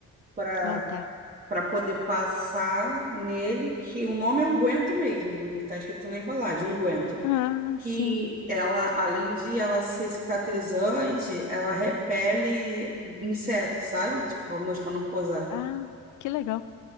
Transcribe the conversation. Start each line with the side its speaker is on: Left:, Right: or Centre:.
Right: para
Left: Ah, tá.
Right: para poder passar nele, que o nome é unguento mesmo, não tá escrito na embalagem, unguento.
Left: Ah,
Right: que
Left: sim.
Right: ela, além de ela ser cicatrizante, ela repele insetos, sabe? Tipo, a mosca não pousar.
Left: Ah, que legal.